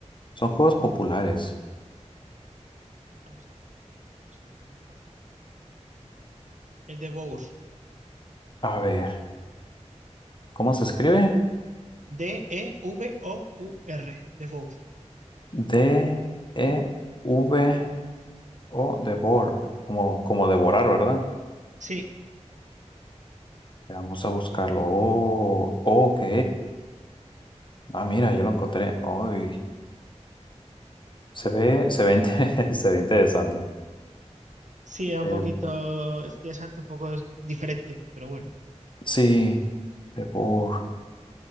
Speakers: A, on the left; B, on the right.
A: Son juegos populares.
B: A ver qué se llamaba. El de Devour.
A: A ver, ¿cómo se escribe?
B: D-E-V-O-U-R. Devour.
A: D, E, V, O, Devor. Como, como devorar, ¿verdad?
B: Sí,
A: Vamos a buscarlo. Oh, ok. Ah, mira, ya lo encontré. Uy, se ve, se ve, inte- <laughs> se ve interesante.
B: sí, era
A: Devo-
B: un poquito es interesante, un poco es diferente, pero bueno.
A: sí, Devor.